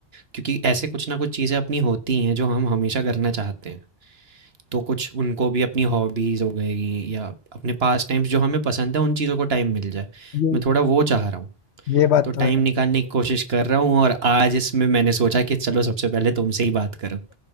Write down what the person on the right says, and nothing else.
क्योंकि ऐसे कुछ ना कुछ चीज़ें अपनी होती हैं जो हम हमेशा करना चाहते हैं तो कुछ उनको भी अपनी हॉबीज़ हो गई या अपने पास टाइम्स जो हमें पसंद है उन चीज़ों को टाइम मिल जाए
मैं थोड़ा वो चाह रहा हूँ
तो
टाइम निकालने की कोशिश कर रहा हूँ और आज इसमें मैंने सोचा कि चलो सबसे पहले तुमसे ही बात करूँ